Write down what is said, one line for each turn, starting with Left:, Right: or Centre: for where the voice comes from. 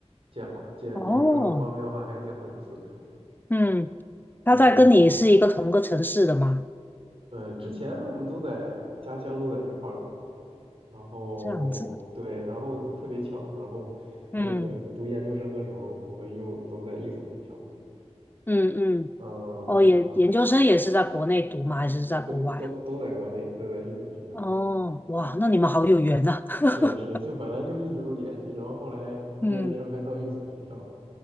Right: 见好见有要方便的话还见好几次。
Left: 哦，嗯，
Right: 然后
Left: 他在跟你是一个同个城市的吗？
Right: 呃，之前我们都在家乡都在一块儿嘛，然后对，
Left: 这样子，
Right: 然后特别巧，然后那个读研究生的时候，
Left: 嗯
Right: 我们又都在一所学校，
Left: 嗯嗯，
Right: 嗯、
Left: 哦，研研究生也是在国内读吗？
Right: 然后
Left: 还是在国外啊？
Right: 对，都都在国内，都在一所学校，
Left: 哦，哇，那你们好有缘呐、<laughs>
Right: 是的，是的，就本来就一直都联系，然后后来研究生还到一所学校，
Left: 嗯